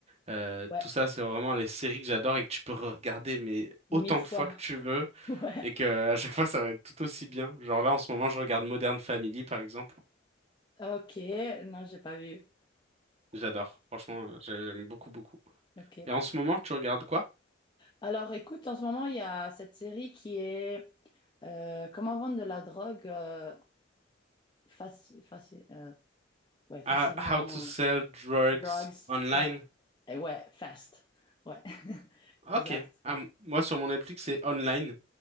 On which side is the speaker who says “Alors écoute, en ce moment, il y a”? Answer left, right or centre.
Left